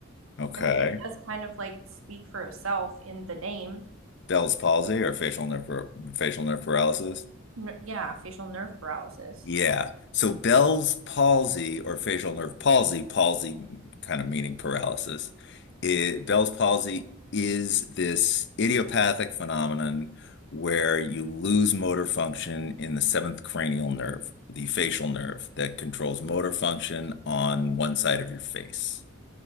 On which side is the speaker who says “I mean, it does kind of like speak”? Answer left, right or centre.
Right